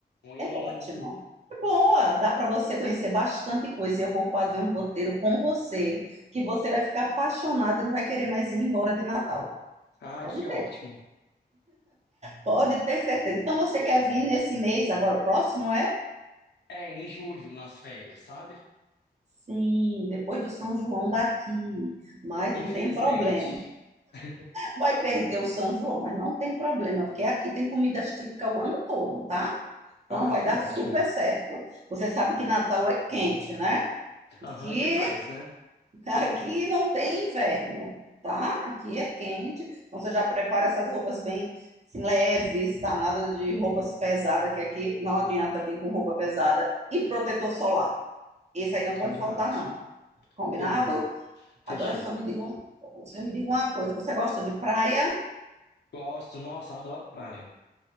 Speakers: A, on the left; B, on the right.
A: Ruim?
B: é ótimo. É boa, dá para você conhecer bastante coisa. E eu vou fazer um roteiro com você que você vai ficar apaixonado e não vai querer mais ir embora de Natal.
A: Ah,
B: Pode
A: que
B: ter.
A: ótimo.
B: Pode ter certeza. Então você quer vir nesse mês, agora o próximo é?
A: É, em julho, nas férias, sabe?
B: Sim, depois do São João daqui. Mas
A: Infelizmente.
B: não tem problema.
A: <laughs>
B: Vai perder o São João, mas não tem problema, porque aqui tem comidas típicas o ano todo, tá? Então
A: Ah,
B: vai
A: que
B: dar
A: ótimo.
B: super certo. Você sabe que Natal é quente, né?
A: Aham,
B: Que
A: demais, né?
B: Aqui não tem inverno, tá? Aqui é quente, então você já prepara essas roupas bem assim, leves, tá? Nada de roupas pesadas, que aqui não adianta vir com roupa pesada. E protetor solar. Esse aí não
A: Combinado.
B: pode faltar, não. Combinado?
A: Beleza.
B: Agora
A: Fechou.
B: só me digam, você me diga uma coisa, você gosta de praia?
A: Gosto. Nossa, adoro praia.